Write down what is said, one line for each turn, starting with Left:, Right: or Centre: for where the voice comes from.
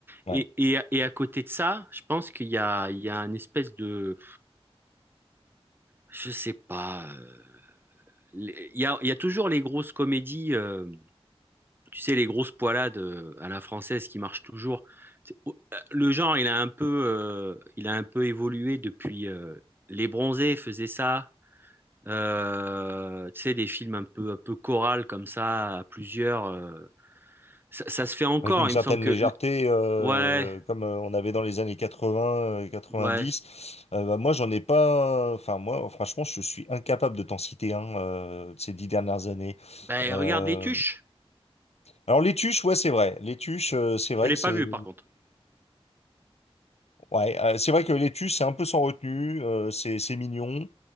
Left: ouais.
Right: Et, et, et à côté de ça, je pense qu'il y a, il y a une espèce de, je sais pas. euh, les- Il y a, il y a toujours les grosses comédies. euh, Tu sais, les grosses poilades euh, à la française qui marchent toujours. C'est- oh, euh, Le genre, il a un peu, euh, il a un peu évolué depuis. euh, les Bronzés faisaient ça. Euh, tu sais, des films un peu, un peu chorales comme ça, à plusieurs. euh, ça, ça se fait encore.
Left: avec une
Right: Il
Left: certaine
Right: me semble que.
Left: légèreté,
Right: l-
Left: euh,
Right: Ouais,
Left: comme euh, on avait dans les années 80, euh, 90.
Right: ouais.
Left: Euh, bah, moi, j'en ai pas. Enfin, moi, franchement, je suis incapable de t'en citer un euh, de ces dix dernières années.
Right: Ben,
Left: Euh,
Right: regarde Les Tuches.
Left: Alors, les tuches, ouais, c'est vrai. Les tuches, euh, c'est vrai
Right: Je l'ai
Left: que
Right: pas
Left: c'est.
Right: vu, par contre.
Left: Ouais, euh, c'est vrai que l'étu, c'est un peu sans retenue, euh, c'est c'est mignon.